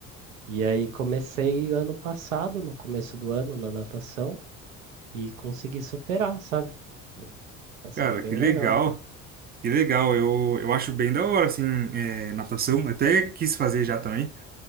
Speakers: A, on the right (about 85°); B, on the right (about 25°).
A: E aí comecei ano passado, no começo do ano, na natação, e consegui superar, sabe? Foi- Tá sendo
B: Cara,
A: bem
B: que legal,
A: legal.
B: que legal. Eu, eu acho bem da hora, assim, é, natação. Eu Até quis fazer já também.